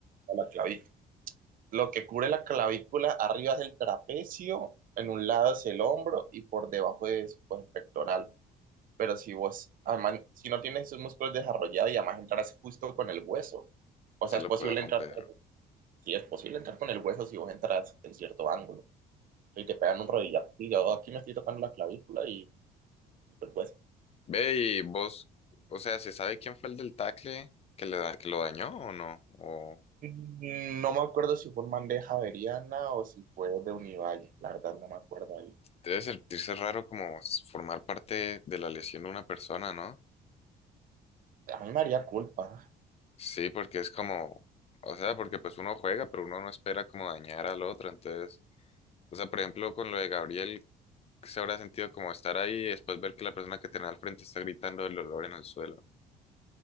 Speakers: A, on the right; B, on the left.
A: a la clavícula. Lo que cubre la clavícula arriba es el trapecio, en un lado es el hombro y por debajo es pues, el pectoral. Pero si vos, además, si no tienes esos músculos desarrollados y además entras justo con el hueso, o
B: Se
A: sea,
B: lo
A: es posible
B: puede romper.
A: entrar, si es posible entrar con el hueso si vos entras en cierto ángulo y te pegan un rodillazo. Y yo aquí me estoy tocando la clavícula y el hueso.
B: Ve y vos, o sea, ¿se sabe quién fue el del tackle que le da- que lo dañó o no? O
A: Mm, No me acuerdo si fue en bandeja averiana o si fue de Univalle, la verdad no me acuerdo ahí.
B: debe sentirse raro como s- formar parte de la lesión de una persona, ¿no?
A: A mí me haría culpa.
B: Sí, porque es como, o sea, porque pues uno juega, pero uno no espera como dañar al otro, entonces, o sea, por ejemplo, con lo de Gabriel, se habrá sentido como estar ahí y después ver que la persona que tenía al frente está gritando el dolor en el suelo.